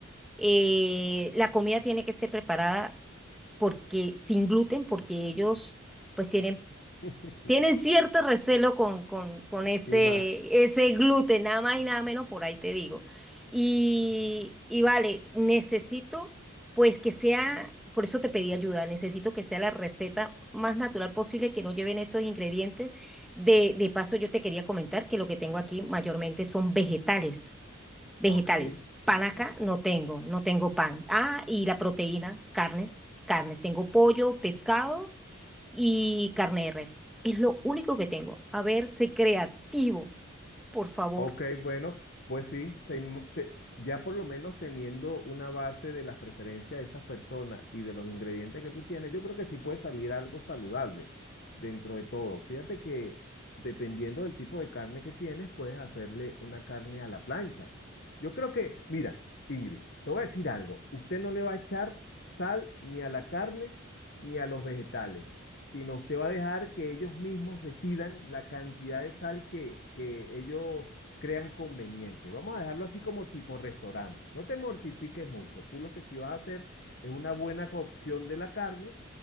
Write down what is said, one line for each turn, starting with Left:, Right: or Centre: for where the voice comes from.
Centre: eh, la comida tiene que ser preparada porque sin gluten, porque ellos pues tienen
Left: <laughs>
Centre: tienen cierto recelo con, con, con ese,
Left: Y más.
Centre: ese gluten, nada más y nada menos, por ahí te digo. Y, y vale, necesito pues que sea, por eso te pedí ayuda, necesito que sea la receta más natural posible, que no lleven esos ingredientes. De, de paso, yo te quería comentar que lo que tengo aquí mayormente son vegetales, vegetales.
Left: Ok,
Centre: Pan acá
Left: ok.
Centre: no tengo, no tengo pan. Ah, y la proteína, carnes, carnes. Tengo pollo, pescado y carne de res. Es lo único que tengo. A ver, sé creativo, por favor.
Left: Ok, bueno, pues sí, se inmo- se- ya por lo menos teniendo una base de las preferencias de esas personas y de los ingredientes que tú tienes, yo creo que sí puede salir algo saludable dentro de todo. Fíjate que dependiendo del tipo de carne que tienes, puedes hacerle una carne a la plancha. Yo creo que, mira, Ingrid, te voy a decir algo, usted no le va a echar sal ni a la carne ni a los vegetales sino usted va a dejar que ellos mismos decidan la cantidad de sal que, que ellos crean conveniente. Vamos a dejarlo así como tipo restaurante. No te mortifiques mucho. Tú lo que sí vas a hacer es una buena cocción de la carne